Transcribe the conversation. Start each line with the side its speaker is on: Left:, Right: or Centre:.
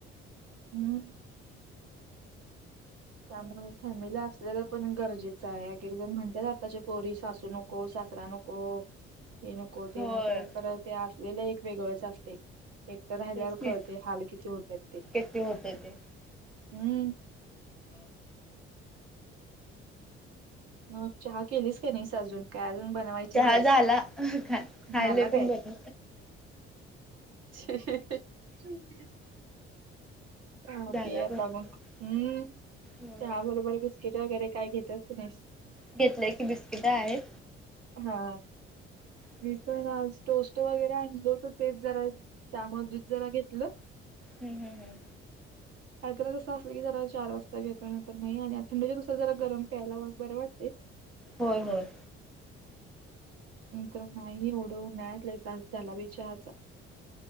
Right: हम्म! त्यामुळे फॅमिली असल्याला पण गरजेचं आहे, एकेक जण म्हणतेत आताच्या पोरी सासू नको सा दसरा नको हे नको ते
Centre: होय
Right: नको. परत ते असलेलं एक वेगळंच असते एकट राहिल्यावर
Centre: तेच की
Right: कळते हाल किती होतात ते?
Centre: किती होते ते
Right: हम्म हा. मग चहा केलीस का नाही अजून काय अजून? बनवायचीच
Centre: चहा
Right: आहेस
Centre: झाला. ख खायले
Right: झाला
Centre: पण बन
Right: अ्. च
Centre: झाला
Right: पियाता
Centre: बनव
Right: मग हम्म
Centre: हो
Right: चहा बरोबर बिस्किट वगैरे. काय घेतस नाही.
Centre: घेतलेय की बिस्किट आहेत.
Right: हा
Centre: तेच
Right: मी पण
Centre: खायला
Right: आज टोस्ट. वगैरे आणल होत ते जरा त्यामध जरा घेतलं.
Centre: हम्, हम्म, हम्म!
Right: काही तर तसं असलं की जरा चार वाजता घेतो, तर नाही आणि थंडीच्या दुसर जरा गरम प्यायला मग बरे वाटते.
Centre: होय होय.
Right: तर नाही एवढं उन्हाळ्यात लई त्रास झाला बाई चहाचा.